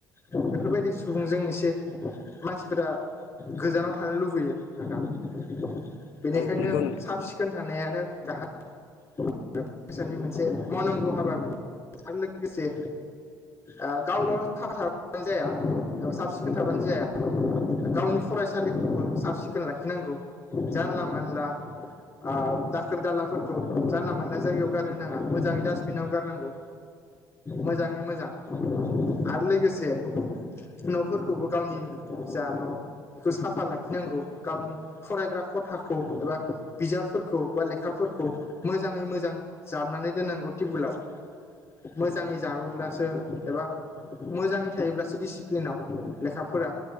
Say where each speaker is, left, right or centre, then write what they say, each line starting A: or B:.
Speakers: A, on the left; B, on the left.
A: बेफोरबायदि सुबुंजों एसे मानसिफोरा गोजानाव थानो लुबैयो नोंथां। बेनिखायनो
B: औ नंगौ नोंथां
A: साब
B: नंगौ
A: सिखोन थानाया नो गाहाय सानि मोनसे मावनांगौ हाबा आरो लोगोसे ओ गावल' साफा थाबानो जाया साब सिखोन थाबानो जाया गावनि फरायसालिखौबो साब सिखोन लाखिनांगौ। जानला मोनला ओ दाखोर दालाफोरखौ जानला मोनला जायगायाव गारनो नाङा मोजाङै डास्टबिनाव गारनांगौ। मोजाङै मोजां आरो लोगोसे न'फोरखौबो गावनि जा न' बेखौ साफा लाखिनांगौ गावनि फरायग्रा खथाखौ एबा बिजाबफोरखौ बा लेखाफोरखौ मोजाङै मोजां जाबनानै दोननांगौ टिबोलाव मोजाङै जाबोब्लासो एबा मोजाङै थायोब्लासो डिसिप्लिनाव लेखाफोरा